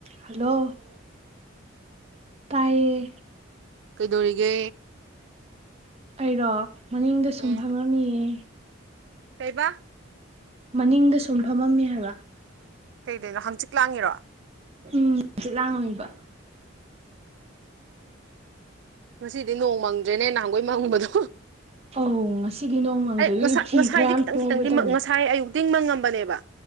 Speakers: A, on the right; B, on the right.
A: Hello ꯇꯥꯏꯌꯦ
B: ꯀꯩꯗꯧꯔꯤꯒꯦ
A: ꯑꯩꯔꯣ ꯃꯅꯤꯡꯗ ꯁꯨꯝ
B: ꯎꯝ
A: ꯐꯪꯂꯝꯃꯤꯌꯦ
B: ꯀꯩꯕꯥ
A: ꯃꯅꯤꯡꯗ ꯁꯨꯝ ꯐꯝꯃꯝꯃꯤ ꯍꯥꯏꯕ
B: ꯀꯩꯗꯣꯔꯤꯅꯣ ꯍꯪꯆꯤꯠ ꯂꯥꯡꯉꯤꯔꯣ
A: ꯎꯝ ꯍꯪꯆꯤꯠ ꯂꯥꯡꯉꯝꯃꯤꯕ
B: ꯉꯁꯤꯗꯤ ꯅꯣꯡ ꯃꯪꯗ꯭ꯔꯦꯅꯦ ꯅꯍꯥꯟꯒꯣꯏ ꯃꯪꯕꯗꯣ
A: ꯑꯧ ꯉꯁꯤꯗꯤ ꯅꯣꯡ ꯃꯪꯗ꯭ꯔꯗꯤ
B: ꯑꯩ ꯉꯁꯥꯏ
A: ꯐꯤ
B: ꯉꯁꯥꯏꯗꯤ
A: ꯈꯔ ꯌꯥꯝ
B: ꯈꯤꯇꯪ
A: ꯁꯨꯍꯧꯒꯦ
B: ꯈꯤꯇꯪꯗꯤ
A: ꯇꯧꯅꯦ
B: ꯉꯁꯥꯏ ꯑꯌꯨꯛꯇ ꯃꯪꯉꯝꯕꯅꯦꯕ